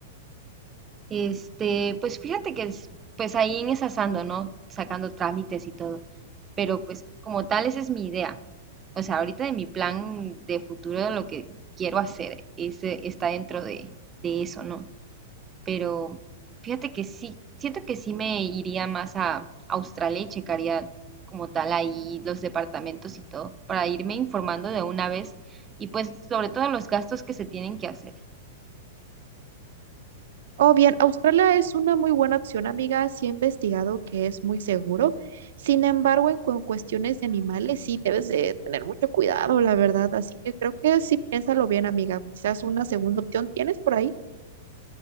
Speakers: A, on the right; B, on the right.
A: Este, pues fíjate que es, pues ahí en esas ando, ¿no? Sacando trámites y todo. Pero pues como tal, esa es mi idea. O sea, ahorita de mi plan de futuro, de lo que quiero hacer, ese está dentro de, de eso, ¿no? Pero fíjate que sí, siento que sí me iría más a Australia y checaría como tal ahí los departamentos y todo, para irme informando de una vez y pues sobre todo los gastos que se tienen que hacer.
B: Oh, bien, Australia es una muy buena opción, amiga. Sí he investigado que es muy seguro. Sin embargo, en, cu- cuestiones de animales sí debes de tener mucho cuidado, la verdad. Así que creo que sí piénsalo bien, amiga. Quizás una segunda opción tienes por ahí.